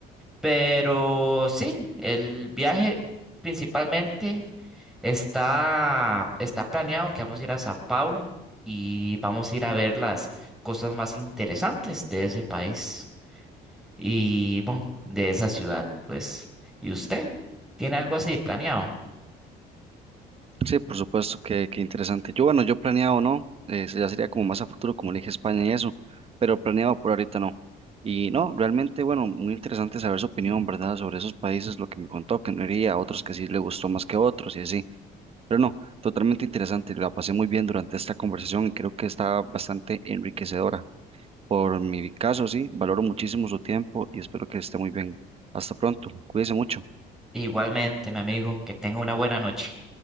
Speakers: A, in the centre; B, on the right.
A: Pero sí, el viaje principalmente Está, está planeado que vamos a ir a Sao Paulo y vamos a ir a ver las cosas más interesantes de ese país y bueno, de esa ciudad, pues. ¿Y usted? ¿Tiene algo así planeado?
B: Sí, por supuesto, que qué interesante. Yo, bueno, yo planeado no, eh, ya sería como más a futuro, como le dije España y eso, pero planeado por ahorita no. Y no, realmente, bueno, muy interesante saber su opinión, ¿verdad? Sobre esos países, lo que me contó, que no iría, otros que sí le gustó más que otros y así. Pero no, totalmente interesante, la pasé muy bien durante esta conversación y creo que está bastante enriquecedora. Por mi caso, sí, valoro muchísimo su tiempo y espero que esté muy bien. Hasta pronto, cuídese mucho.
A: Igualmente, mi amigo, que tenga una buena noche.